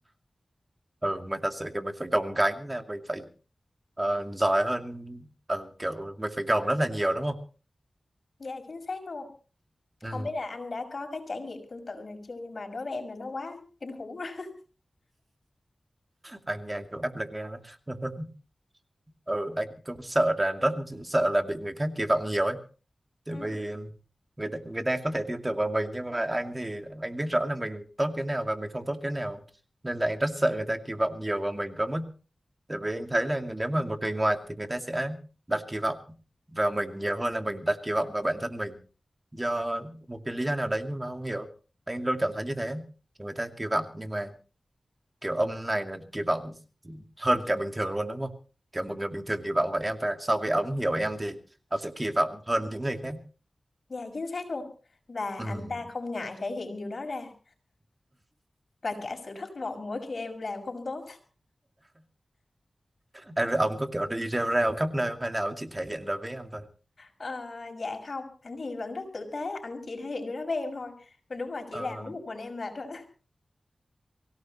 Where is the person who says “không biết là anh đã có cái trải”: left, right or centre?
Left